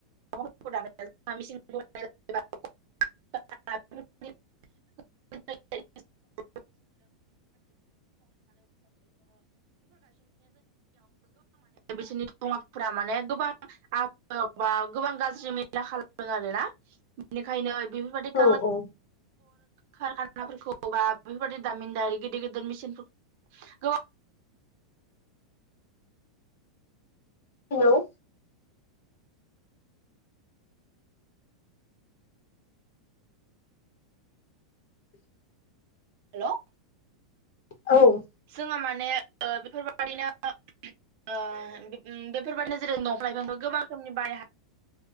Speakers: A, on the right; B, on the left.
A: <unintelligible>
B: <inaudible>
A: <unintelligible> <unintelligible> <unintelligible> बिसोरनि दमाफोरा माने गोबां <unintelligible> गोबां गाज्रि <unintelligible> खालामदों आरोना बिनिखायनो बेफोरबायदि
B: औ औ
A: खानाफोरखौ बा बेफोरबादि दामिनदारि गिदिर गिदिर मेसिन गोबां
B: हेल' <inaudible>
A: हेल'
B: औ
A: जोंहा माने ओ बेफोरबादिनो बेफोरबादिनो जेर दंफां लाइफांखौ गोबां रोखोमनि बानायनो हायो।